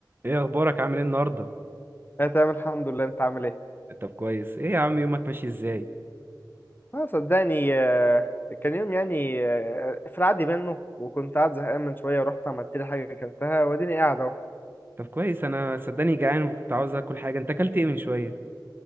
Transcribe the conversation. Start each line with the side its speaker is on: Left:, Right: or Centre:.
Right: ايه اخبارك عامل ايه النهارده
Left: انا تمام الحمد لله انت عامل ايه
Right: طب كويس ايه يا عم يومك ماشي ازاي
Left: اه صدقني آه، كان يوم يعني آه، في العادي منه وكنت قاعد زهقان من شويه ورحت عملت لي حاجه اكلتها واديني قاعد اهو
Right: طب كويس انا صدقني جعان وكنت عاوز اكل حاجه انت اكلت ايه من شويه